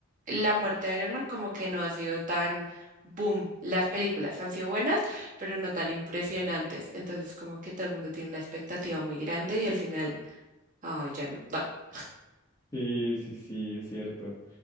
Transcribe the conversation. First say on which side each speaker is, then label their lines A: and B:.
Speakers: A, on the right (about 40°); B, on the left (about 20°).
A: la muerte de Iron Man, como que no ha sido tan boom. Las películas han sido buenas, pero no tan impresionantes. Entonces, como que todo el mundo tiene una expectativa muy grande y al final, ay, ya no. <laughs>
B: Sí, sí, sí, es cierto,